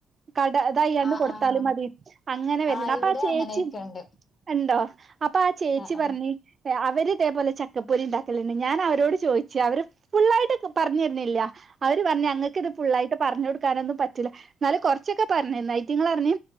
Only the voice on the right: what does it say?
കട അതയ്യാന്ന്
കൊടുത്താലും
മതി അങ്ങനെ വരണ
അപ്പൊ
ആ ചേച്ചി
ഉണ്ടോ അപ്പൊ ആ ചേച്ചി
പറഞ്ഞ് അവര് ഇതേപോലെ ചക്കപ്പൊരി ഉണ്ടാക്കലുണ്ട് ഞാൻ അവരോട് ചോദിച്ചവര് ഫുള്ള ആയിട്ട് പറഞ്ഞിരുന്നില്ല അവര് പറഞ്ഞ് അങ്ങൾക്ക് ഇത് ഫുള്ളായിട്ട് പറഞ്ഞു കൊടുക്കാനൊന്നും പറ്റില്ല എന്നാല് കൊറച്ചൊക്കെ പറഞ്ഞന്നേ നൈറ്റങ്ങൾറിഞ്ഞ